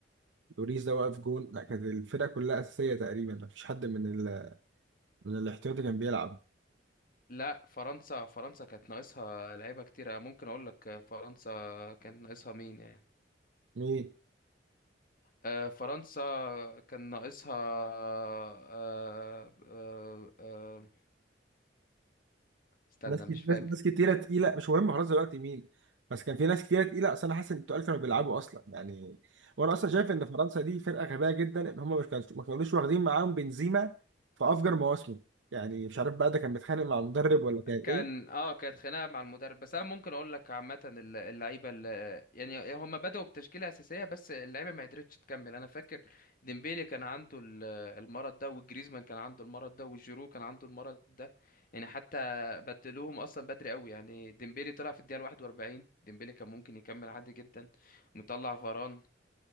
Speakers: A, on the right; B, on the left.
A: ولوريس ده واقف جون لا كانت الفرقة كلها أساسية تقريبا مفيش حد من ال... من الاحتياطي كان بيلعب
B: لا فرنسا فرنسا كانت ناقصها لعيبه كتيره ممكن اقول لك آه، فرنسا كانت ناقصها مين يعني
A: مين
B: آه، فرنسا كان ناقصها آه، آه، آه، آه، استنى
A: ناس كت-
B: مش فاكر
A: ناس ناس كتيرة تقيلة مش مهم خلاص دلوقتي مين بس كان في ناس كتيرة تقيلة أصل أنا حاسس إن التقال كانوا بيلعبوا أصلا يعني وأنا أصلا شايف إن فرنسا دي فرقة غبية جدا إن هم مش كانوا ما كانوش واخدين معاهم بنزيما في أفجر مواسمه يعني مش عارف بقى ده كان متخانق مع المدرب ولا كان
B: كان
A: إيه
B: اه كانت خناقه مع المدرب بس انا ممكن اقول لك عامه الل- اللعيبه اللي يعني هم بداوا بتشكيله اساسيه بس اللعيبه ما قدرتش تكمل انا فاكر ديمبيلي كان عنده ال- المرض ده وجريزمان كان عنده المرض ده وجيرو كان عنده المرض ده يعني حتى بدلوهم اصلا بدري قوي يعني ديمبيلي طلع في الدقيقه 41 ديمبيلي كان ممكن يكمل عادي جدا مطلع فاران